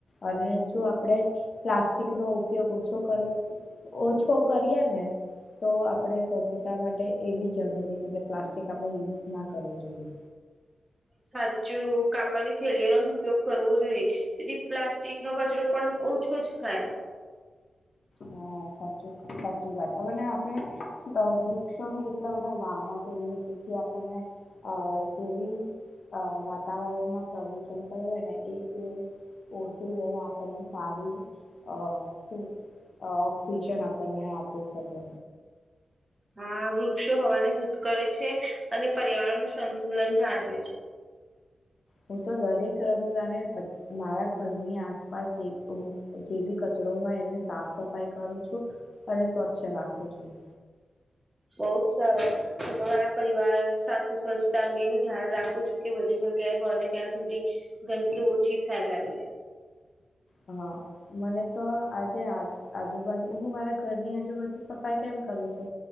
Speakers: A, on the left; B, on the right.
A: અને જો આપડે પ્લાસ્ટિક નો ઉપયોગ ઓછો કરે ઓછો કરીએ ને, તો આપણે સ્વચ્છતા માટે એ બી જરૂરી છે કે પ્લાસ્ટિક આપણે યુઝ ના કરવું જોઈએ.
B: સાચું કાપડની થેલી નોજ ઉપયોગ કરવો જોઈએ તેથી પ્લાસ્ટિક નો કચરો પણ ઓછો જ થાય.
A: હા સાચો, સાચી વાત, હવને આપણે વૃક્ષો બી એટલા બધા વાવવા જોઈએ, જેથી આપણને અ જેવી અ વાતાવરણમાં પ્રદુષણ થયું હોય ને એ એ ઓટી લે ને આપણને ફાવી અ તે અ ઓક્સિજન આપણને આપી શકે.
B: હા વૃક્ષો હવાને સુધ કરે છે, અને પર્યાવરણ નું સંતુલન જાળવે છે.
A: હું તો દરેક રવિવારે બધ મારા ઘરની આસપાસ જે હુ જે બી કચરો હોય એને સાફ સફાઈ કરું છું. અરે સ્વચ્છ રાખું છું.
B: બહુત સરસ. હું તો મારા પરિવાર સાથે સ્વચ્છતા અંગેનું ધ્યાન રાખું છું, કે બધી જગ્યાએ બને ત્યાં સુધી ગંદકી ઓછી ફેલાઈયે.
A: હા, મને તો આજે આજ આજુબાજુ હું મારા ઘરની આજુબાજુ સ ફાઇ કેમ કરું છે,